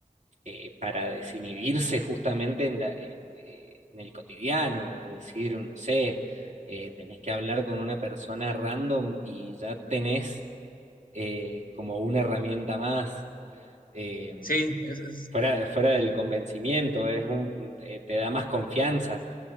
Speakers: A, on the right (about 55°); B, on the left (about 85°).
A: eh, para desinhibirse justamente en la, eh, en el cotidiano, decir, no sé, eh, tenés que hablar con una persona random y ya tenés eh, como una herramienta más, eh,
B: sí, es, es
A: fuera, fuera del convencimiento, es un, eh, te da más confianza